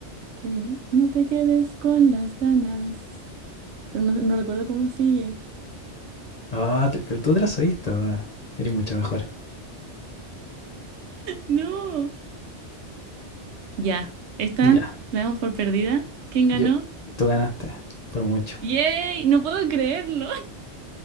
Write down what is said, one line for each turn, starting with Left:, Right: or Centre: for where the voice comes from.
Right: Que no te quedes con las ganas. pero no, no recuerdo cómo sigue.
Left: Ah, te- pero tú te las sabiste, weón. Eres mucho mejor.
Right: No. Ya, esta
Left: Ya.
Right: la damos por perdida. ¿Quién ganó?
Left: Yo, tú ganaste, por mucho.
Right: ¡Yay! No puedo creerlo. <laughs>